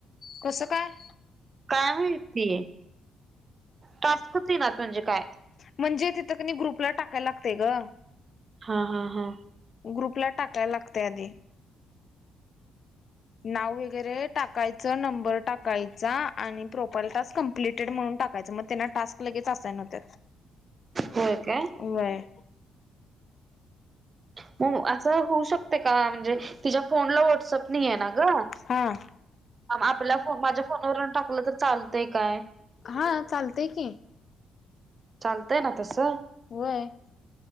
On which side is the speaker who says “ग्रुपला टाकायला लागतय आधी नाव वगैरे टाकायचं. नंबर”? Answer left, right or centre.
Left